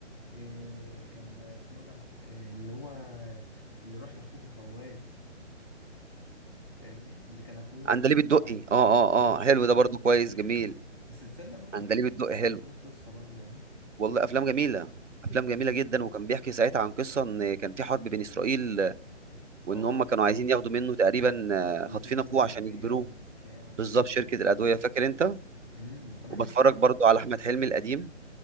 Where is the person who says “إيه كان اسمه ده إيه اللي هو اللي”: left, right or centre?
Centre